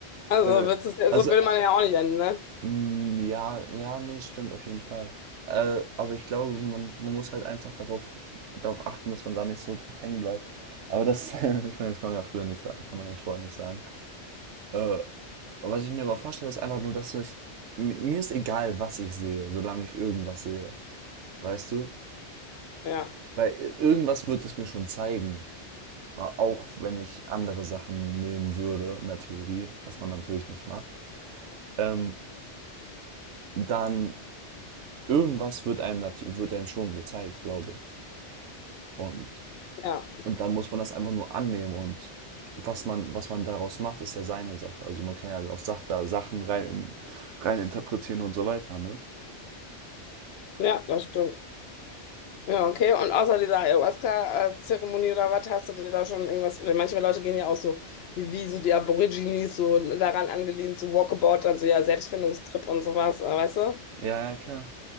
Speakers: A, on the left; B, on the right.
A: also
B: Äh,
A: so wird's, so
B: also
A: will man ja auch nicht enden, ne?
B: Mm, Ja, ja, nee, stimmt auf jeden Fall. Äh, aber ich glaube, man, man muss halt einfach darauf, darauf achten, dass man da nicht so drauf hängen bleibt. Aber das, <laughs> ich meine, das kann man ja früher nicht sagen, kann man ja vorher nicht sagen. Äh, was ich mir aber vorstelle, ist einfach nur, dass ich, mi- mir ist egal, was ich sehe, solange ich irgendwas sehe. Weißt du?
A: Ja,
B: Weil äh, irgendwas wird es mir schon zeigen. Äh, Auch wenn ich andere Sachen nehmen würde, in der Theorie, was man natürlich nicht macht. Ähm, dann irgendwas wird einem, wird einem schon gezeigt, glaube ich. Und,
A: ja,
B: und dann muss man das einfach nur annehmen und was man, was man daraus macht, ist ja seine Sache. Also man kann ja auch Sach da Sachen rein, in, rein interpretieren und so weiter, ne?
A: ja, das stimmt. Ja, okay. Und außer dieser Ayahuasca-Zeremonie oder was, hast du dir da schon irgendwas? Weil manche Leute gehen ja auch so, wie, wie so die Aborigines, so daran angelehnt, so Walkabout, dann so ja, Selbstfindungstrip und sowas, äh, weißt du?
B: Ja, ja, klar.